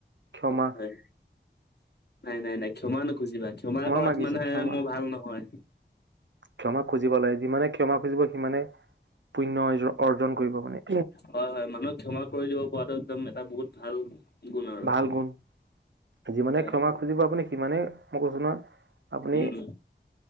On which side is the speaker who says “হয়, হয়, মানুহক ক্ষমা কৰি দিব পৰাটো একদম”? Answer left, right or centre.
Left